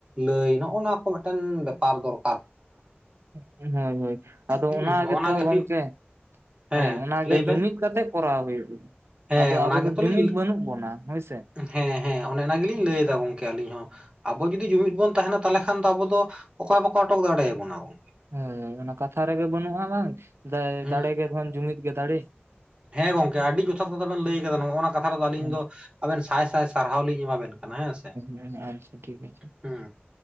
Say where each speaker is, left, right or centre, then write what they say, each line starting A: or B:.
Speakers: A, on the right; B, on the right.
A: ᱞᱟᱹᱭ ᱱᱚᱜᱼᱚ ᱱᱚᱣᱟ ᱠᱚ ᱢᱤᱫᱴᱮᱱ ᱵᱮᱯᱟᱨ ᱫᱚᱨ
B: ᱦᱳᱭ ᱦᱳᱭ, ᱟᱫᱚ
A: ᱦᱩᱸ
B: ᱚᱱᱟ
A: ᱱᱚᱜᱼᱚ
B: ᱜᱮᱛᱚ
A: ᱱᱟ ᱜᱮ
B: ᱜᱚᱢᱠᱮ
A: ᱦᱩᱭᱩᱜ ᱦᱮᱸ
B: ᱦᱳᱭ ᱚᱱᱟᱜᱮ
A: ᱞᱟᱹᱭ
B: ᱡᱩᱢᱤᱫ
A: ᱵᱮᱱ
B: ᱠᱟᱛᱮᱜ ᱠᱚᱨᱟᱣ ᱦᱩᱭᱩᱜᱼᱟ,
A: ᱦᱮᱸ
B: ᱟᱫᱚ
A: ᱚᱱᱟ
B: ᱟᱵᱚ ᱫᱚ
A: ᱜᱮᱛᱚᱞᱤᱧ
B: ᱡᱩᱢᱤᱫ ᱵᱟᱹᱱᱩᱜ ᱵᱚᱱᱟ ᱦᱳᱭ ᱥᱮ᱾
A: ᱦᱮᱸ ᱦᱮᱸ ᱚᱱᱮ ᱚᱱᱟ ᱜᱮᱞᱤᱧ ᱞᱟᱹᱭ ᱫᱟ ᱜᱚᱢᱠᱮ ᱟᱹᱞᱤᱧ ᱦᱚᱸ᱾ ᱟᱵᱚ ᱡᱩᱫᱤ ᱡᱩᱢᱤᱫ ᱵᱚᱱ ᱛᱟᱸᱦᱮᱱᱟ ᱛᱟᱦᱞᱮ ᱠᱷᱟᱱ ᱫᱚ ᱟᱵᱚ ᱫᱚ ᱚᱠᱚᱭ ᱵᱟᱠᱚ ᱟᱴᱚᱠ ᱫᱟᱲᱮᱭᱟᱵᱚᱱᱟ ᱟᱵᱚ᱾
B: ᱦᱮᱸ ᱚᱱᱟ ᱠᱟᱛᱷᱟ ᱨᱮᱜᱮ ᱵᱟᱹᱱᱩᱜᱼᱟ ᱵᱟᱝ ᱫᱟ
A: ᱦᱩᱸ
B: ᱫᱟᱲᱮᱜᱮ ᱫᱷᱚᱱ ᱡᱩᱢᱤᱫ ᱜᱮ ᱫᱟᱲᱮ᱾
A: ᱦᱮᱸ ᱜᱚᱢᱠᱮ ᱟᱹᱰᱤ ᱡᱚᱛᱷᱟᱛ ᱠᱟᱛᱷᱟ ᱵᱮᱱ ᱞᱟᱹᱭ ᱠᱟᱫᱟ ᱱᱚᱜ-ᱱᱟ ᱠᱟᱛᱷᱟ ᱨᱮᱫᱚ ᱟᱞᱤᱧ
B: ᱦᱮᱸ
A: ᱫᱚ ᱟᱵᱮᱱ ᱥᱟᱭ ᱥᱟᱭ ᱥᱟᱨᱦᱟᱣ ᱞᱤᱧ ᱮᱢᱟᱵᱮᱱ ᱠᱟᱱᱟ ᱦᱮᱸ ᱥᱮ,
B: ᱦᱮᱸ ᱟᱪᱪᱷᱟ ᱴᱷᱤᱠ ᱟᱪᱷᱮ
A: ᱦᱩᱸ